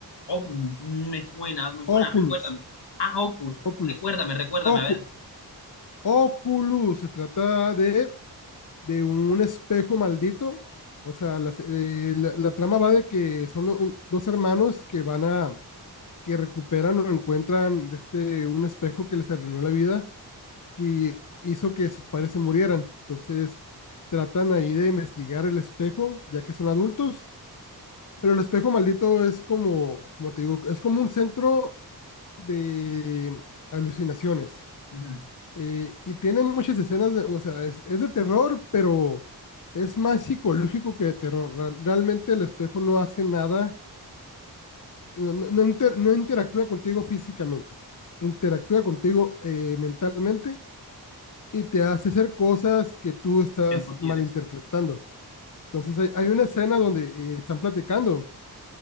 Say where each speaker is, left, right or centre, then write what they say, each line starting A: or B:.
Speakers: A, on the left; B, on the left.
A: Oh, mm, me suena, me suena,
B: Oculus,
A: recuérdame. Ah, Hocus,
B: Oculus,
A: recuérdame, recuérdame,
B: Ocu-
A: a ver.
B: Oculus. Se trata de, de un espejo maldito. O sea, las- eh, la, la trama va de que son un- dos hermanos que van a, que recuperan o encuentran este, un espejo que les arruinó la vida que hizo que sus padres se murieran. Entonces tratan ahí de investigar el espejo, ya que son adultos, pero el espejo maldito es como, como te digo, es como un centro de alucinaciones.
A: Ujú,
B: eh, y tiene muchas escenas, de- o sea, es, es de terror, pero es más psicológico que de terror. Ra- Realmente el espejo no hace nada, no, no- no inter- no interactúa contigo físicamente, interactúa contigo eh, mentalmente y te hace hacer cosas que tú estás
A: ¿Qué no
B: malinterpretando.
A: quieres?
B: Entonces hay, hay una escena donde eh, están platicando